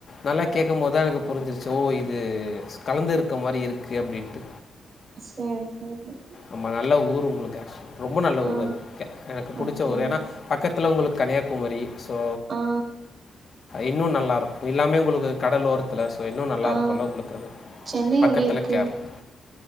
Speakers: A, on the left (about 55°); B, on the right (about 35°).
A: நல்லா கேக்கும் போதுதான் எனக்கு புரிஞ்சிருச்சு ஓ இது கலந்து இருக்க மாரி இருக்கு கே அப்டின்ட்டு
B: சேரி சேரி
A: ஆம்மா நல்ல ஊர் உங்களுக்கு அ ரொம்ப நல்ல
B: ஆ
A: ஊர் அதுே எனக்கு பிடிச்ச
B: ஓகே
A: ஊர் ஏன்னா பக்கத்தில் உங்களுக்கு கன்னியாகுமரி ஸோ
B: ஆ
A: இன்னும் நல்லாயிருக்கும் எல்லாமே உங்களுக்கு கடல் ஓரத்தில ஸோ இன்னும் நல்லாயிருக்கும்ல்ல
B: ஆ
A: உங்களுக்கு அது
B: சென்னை
A: பக்கத்தில்
B: எப்டி இருக்கு
A: கேரளா